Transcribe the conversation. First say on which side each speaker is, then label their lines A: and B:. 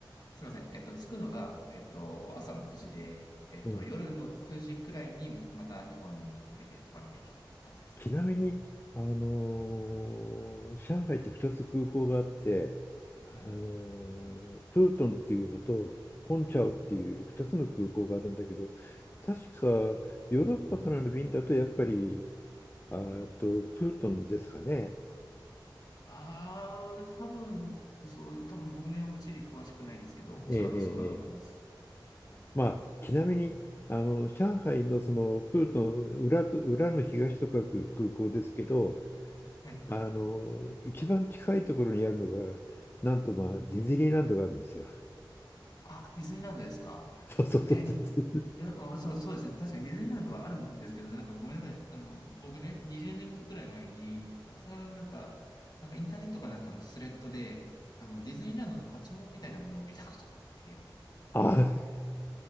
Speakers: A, on the left; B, on the left.
A: すいません。えっと、着くのが、えっと、朝の9時で、えっと、
B: うんうん。うん
A: 夜の9時くらいに、また日本に向けて飛ばなきゃいけない感じです。
B: ちなみに、あの、上海って2つ空港があって、
A: はい。
B: あの、プートンっていうのと、本チャオっていう2つの空港があるんだけど、
A: うんうん。
B: 確かヨーロッパからの便だとやっぱりあーと、プートンですかね。
A: ああ、多分、そう、多分僕ね、チリ詳しくないんですけど、おそらくそうだと思います。
B: ええええええまあ、ちなみに、あの、上海のそのプートン裏と、裏の東と書く空港ですけど、
A: はい。
B: あの、一番近いところにあるのが、なんとまあ、ディズニーランドがあるんですよ。<laughs>
A: あ、ディズニーランドですか。
B: そうそうそうそう。
A: え、でも、いや、あ、そう、そうですね。確かにディズニーランドはあるんですけどね、なんかごめんなさい。あの、僕ね、20年くらい前に、たくさんなんか、なんかインターネットかなんかのスレッドで、あの、ディズニーランドのパチモンみたいなものを見たことがあって、
B: あ、